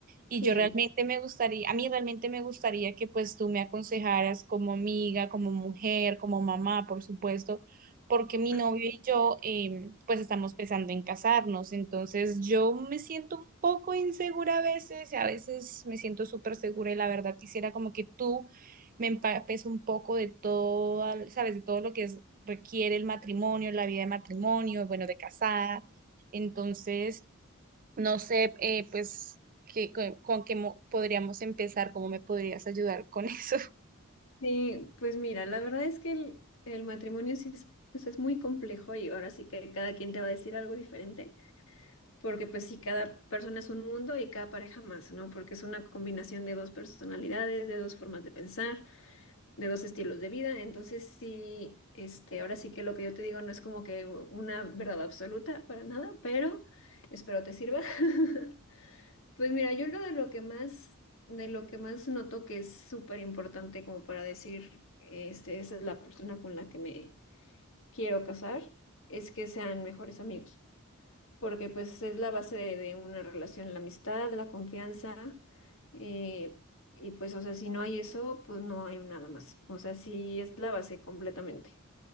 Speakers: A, on the right; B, on the left.
A: y
B: Sí,
A: yo realmente me gustaría, a mí realmente me gustaría que pues tú me aconsejaras como amiga, como mujer, como mamá, por supuesto porque mi
B: Ah,
A: novio y yo eh, pues estamos pensando en casarnos, entonces yo me siento un poco insegura a veces, y a veces me siento súper segura y la verdad quisiera como que tú me empapes un poco de todo, sabes, de todo lo que es- requiere el matrimonio, la vida de matrimonio, bueno, de casada, entonces no sé, eh, pues, qué- con, con qué mo- podríamos empezar, cómo me podrías ayudar con <laughs> eso.
B: Sí, pues mira, la verdad es que el, el matrimonio sí es, pues es muy complejo y ahora sí que cada quien te va a decir algo diferente, porque pues sí, cada persona es un mundo y cada pareja más, ¿no? Porque es una combinación de dos personalidades, de dos formas de pensar, de dos estilos de vida, entonces sí, este, ahora sí que lo que yo te digo no es como que una verdad absoluta para nada, pero espero te sirva. <laughs> Pues mira, yo lo de lo que más, de lo que más noto que es súper importante como para decir, este, esa es la persona con la que me quiero casar, es que sean mejores amigos, porque pues es la base de, de una relación, la amistad, la confianza, eh, y pues, o sea, si no hay eso, pues no hay nada más, o sea, sí es la base completamente.